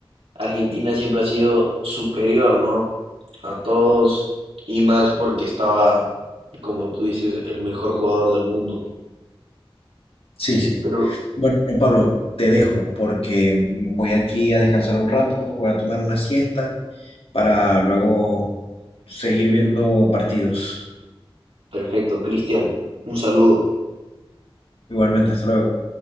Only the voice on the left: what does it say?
Sí, sí.
Bueno, Pablo, te dejo porque voy aquí a descansar un rato, voy a tomar una siesta para luego seguir viendo partidos.
Igualmente, hasta luego.